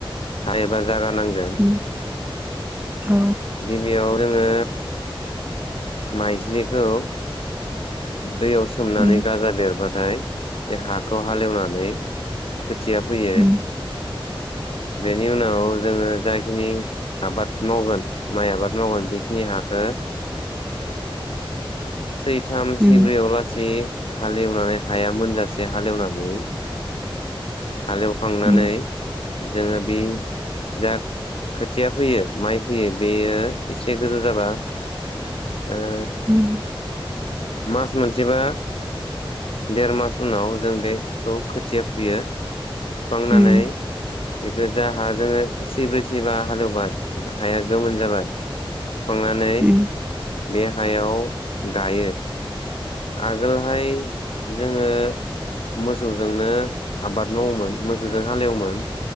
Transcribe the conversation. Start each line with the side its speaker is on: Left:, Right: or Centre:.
Left: हायोबा जागा नांगोन।
Right: उम औ
Left: गिबियाव जोङो माइज्लिखौ दैयाव सोमनानै
Right: उम
Left: गाजा बेरबाथाय बे हाखौ हालेवनानै खोथिया फैयो
Right: उम
Left: बेनि उनाव जोङो जाखिनि आबाद मावगोन माइ आबाद मावगोन बेखिनि हाखौ सैथाम सैब्रैयावलासि
Right: उम
Left: हालेवनानै हाया मोनजासे हालेवनानै हालेवखांनानै
Right: उम
Left: जोङो बे जा खोथिया फोयो माइ फोयो बेयो एसे गोजौ जाबा ओ
Right: उम।
Left: मास मोनसेबा देरमास उनाव जों बेखौ खोथिया फुयो खांनानै
Right: उम
Left: बेखौ जा हा जोङो सैब्रै सैबा हालेवबबाय हाया गोमोन जाबाय खांनानै
Right: उम उम
Left: बे हायाव गायो। आगोलहाय जोङो मोसौजोंनो आबाद मावोमोन मोसौजों हालेवोमोन